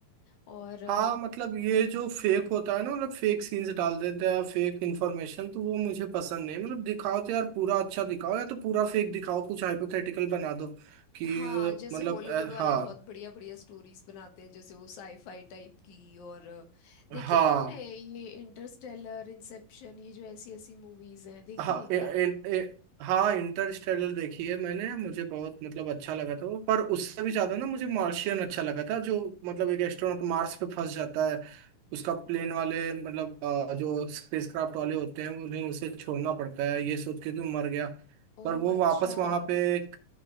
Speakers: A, on the left; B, on the right.
A: और अ,
B: हाँ मतलब ये जो फेक होता है ना मतलब फेक सीन्स डाल देते हैं फेक इन्फॉर्मेशन तो वो मुझे पसंद नहीं मतलब दिखाओ तो यार पूरा अच्छा दिखाओ या तो पूरा फेक दिखाओ कुछ हाइपोथेटिकल बना दो कि
A: हाँ जैसे
B: मतलब
A: हॉलीवुड
B: अ,
A: वाले
B: हाँ
A: बहुत बढ़िया बढ़िया स्टोरीज बनाते हैं जैसे वो साईफाई टाइप की और अ, देखी
B: हाँ
A: है तुमने ये इंटरस्टेलर इंसेप्शन ये जो ऐसी ऐसी मूवीज हैं देखी
B: हाँ
A: है क्या
B: इ- इन, इ- हाँ इंटरस्टेलर देखी है मैंने मुझे बहुत मतलब अच्छा लगा था वो पर उससे भी ज्यादा ना मुझे मार्शियन अच्छा लगा था जो मतलब एक एस्ट्रोनॉट मार्स पे फंस जाता है उसका प्लेन वाले मतलब अ, जो स्पेसक्राफ्ट वाले होते हैं उन्हें उसे छोड़ना पड़ता है ये सोच के कि वो मर गया
A: ओ
B: पर वो
A: अच्छा
B: वापस वहां पे एक